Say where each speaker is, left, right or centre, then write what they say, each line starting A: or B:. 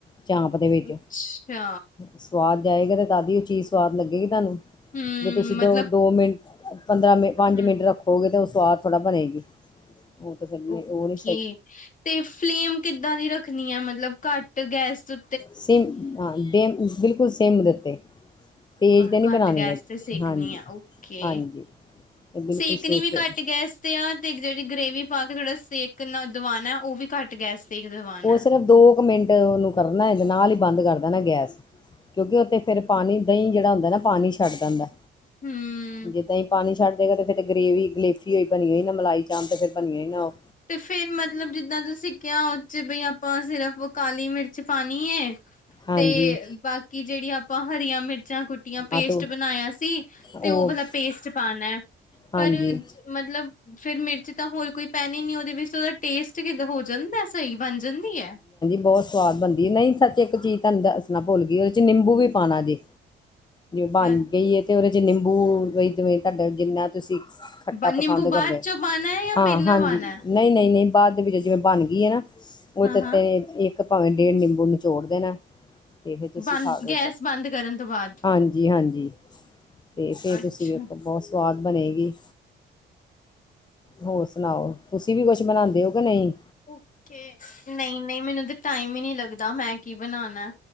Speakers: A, on the left; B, on the left.
A: ਚਾਂਪ ਦੇ ਵਿੱਚ
B: ਅੱਛਾ,
A: ਸਵਾਦ ਜਾਏਗਾ, ਤੇ ਤਾਦੀ ਓ ਚੀਜ਼ ਸਵਾਦ ਲੱਗੇਗੀ ਤੁਆਨੂੰ।
B: ਹੂੰ
A: ਜੇ ਤੁਸੀਂ
B: ਮਤਲਬ
A: ਦੋ ਦੋ ਮਿੰਟ ਪੰਦਰਾਂ ਮਿੰਟ, ਪੰਜ
B: ਹੂੰ
A: ਮਿੰਟ ਰੱਖੋ ਗੇ ਤੇ ਓ ਸਵਾਦ ਥੋੜਾ ਬਣੇਗੀ। ਓ ਤਾਂ ਫ਼ੇਰ
B: ਓਕੇ
A: ਓ ਨਈ
B: ਤੇ ਫਲੇਮ ਕਿੱਦਾਂ ਦੀ ਰੱਖਣੀ ਆਂ, ਮਤਲਬ ਘੱਟ ਗੈਸ ਤੋਂ
A: ਸਿਮ ਹਾਂ, ਸਿਮ ਬਿਲਕੁਲ ਸਿਮ ਦੇ ਉੱਤੇ।
B: ਅ
A: ਤੇਜ ਤਾਂ ਨਈਂ
B: ਘੱਟ
A: ਬਣਾਣੀ
B: ਗੈਸ ਤੇ ਸੇਕਣੀ
A: ਹਾਂਜੀ,
B: ਆ ਓਕੇ
A: ਹਾਂਜੀ। ਏ ਬਿਲਕੁਲ
B: ਸੇਕਣੀ
A: ਸੇਕ
B: ਵੀ
A: ਤੇ
B: ਘੱਟ ਗੈਸ ਤੇ ਆਹ ਤੇ ਜੇੜੀ ਗ੍ਰੇਵੀ ਪਾ ਕੇ ਥੋੜਾ ਸੇਕ ਕਿੰਨਾ ਦਵਾਨਾ ਓ ਵੀ ਘੱਟ ਗੈਸ ਤੇ ਈ ਦਵਾਨਾਂ?
A: ਉਹ ਸਿਰਫ ਦੋ ਕੁ ਮਿੰਟ ਓਨੁ ਕਰਨਾ ਏ ਤੇ ਨਾਲ ਈਂ ਬੰਦ ਕਰ ਦੇਣਾ ਗੈਸ। ਕਿਉਂਕਿ ਓਥੇ ਫੇਰ ਪਾਣੀ, ਦਈਂ ਜੇੜਾ ਹੁੰਦਾ ਨਾ ਪਾਣੀ ਛੱਡ ਦਿੰਦਾ,
B: ਹਮ
A: ਜੇ ਦਈਂ ਪਾਣੀ ਛੱਡ ਫਿਰ ਤੇ ਗਰੇਵੀ ਗਲੇਸੀ ਹੋਈ ਬਣੀ ਹੋਈ ਨਾ ਮਲਾਈ ਚਾਪ ਤੇ ਫੇਰ ਰ ਬਣੀਓ ਨਾ ਓ।
B: ਤੇ ਫੇਰ ਮਤਲਬ ਜਿੱਦਾਂ ਤੁਸੀਂ ਕੇਯਾ ਓਦ 'ਚ ਬਈ ਆਪਾਂ ਸਿਰਫ ਕਾਲੀ ਮਿਰਚ ਪਾਣੀ ਏ
A: ਹਾਂਜੀ
B: ਤੇ ਬਾਕੀ ਜੇੜੀਆਂ ਆਪਾਂ ਹਰੀਆਂ ਮਿਰਚਾਂ ਕੁੱਟ ਟੀਆਂ ਪੇਸਟ
A: ਹਾਂ ਤੇ
B: ਬਨਾਯਾ ਸੀ, ਤੇ
A: ਉਹ
B: ਓ ਵਾਲਾ ਪੇਸਟ ਪਾਨਾ, ਪਰ
A: ਹਾਂਜੀ
B: ਮਤਲਬ ਫੇਰ ਮਿਰਚ ਤਾਂ ਹੋਰ ਕੋਈ ਪੈਨੀ ਨੀ ਓਦੇ ਵਿੱਚ ਤੇ ਓਦਾ ਟੇਸਟ ਕਿੱਦਾਂ ਹੋ ਜਾਂਦਾ? ਸਈ ਬਣ ਜਾਂਦੀ ਏ?
A: ਬੋਤ ਸਵਾਦ ਬਣਦੀਏ ਨਈਂ, ਸੱਚ ਏਕ ਚੀਜ਼ ਤੁਆਨੂੰ ਦੱਸਣਾ ਭੁੱਲ ਗਈ, ਓਦੇ ਚ ਨਿੰਬੂ ਵੀ ਪਾਉਣਾ ਜੇ। ਬਣ
B: ਅ
A: ਗਈਏ ਤੇ ਓਦੇ ਚ ਨਿੰਬੂ, ਵਈ ਤੇ ਵੇ ਤੁਆਡਾ ਜਿੰਨਾ ਤੁਸੀਂ ਖੱਟਾ
B: ਨਿੰਬੂ
A: ਪਸੰਦ
B: ਬਾਅਦ
A: ਕਰਦੇ ਓ,
B: ਚੋਂ ਪਾਉਣਾ ਹੈ ਜਾਂ ਪਹਿਲਾਂ
A: ਹਾਂਜੀ।
B: ਪਾਉਣਾ ਹੈ?
A: ਨਈਂ, ਨਈਂ-ਨਈਂ ਬਾਦ ਦੇ ਵਿੱਚ ਜਿਵੇਂ ਬਣ ਗਈ ਏਨਾ ਓਦੇ,
B: ਹਾਂ ਹਾਂ
A: ਤੇ ਤੇ ਭਾਵੇਂ ਡੇਢ ਨਿੰਬੂ ਨਿਚੋੜ ਦੇਨਾ। ਤੇ ਫੇਰ ਤੁਸੀਂ
B: ਬੰਦ
A: ਖਾ ਅ,
B: ਗੈਸ ਬੰਦ ਕਰਨ ਤੋਂ ਬਾਅਦ
A: ਹਾਂਜੀ-ਹਾਂਜੀ। ਤੇ ਫੇਰ
B: ਅੱਛਾ
A: ਤੁਸੀਂ ਵੇਖੋ, ਬੋਤ ਸਵਾਦ ਬਣੇਗੀ। ਹੋਰ ਸੁਨਾਓ, ਤੁਸੀਂ ਵੀ ਕੁਛ ਬਨਾਂਦੇ ਓ, ਕੇ ਨਈਂ?
B: ਓਕੇ, ਨਈਂ-ਨਈਂ ਮੈਨੂੰ ਤੇ ਟਾਈਮ ਈ ਨਈਂ ਲੱਗਦਾ, ਮੈਂ ਕੀ ਬਨਾਨੈ?